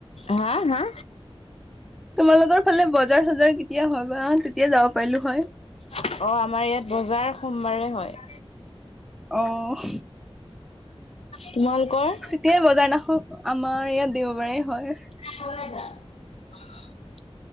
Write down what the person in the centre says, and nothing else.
তোমালোকৰ ফালে বজাৰ চজাৰ কেতিয়া হয় বা? তেতিয়া যাব পাৰিলো হয়।
অ',
তেতিয়াই বজাৰ নাখন আমাৰ ইয়াত দেওবাৰে হয়।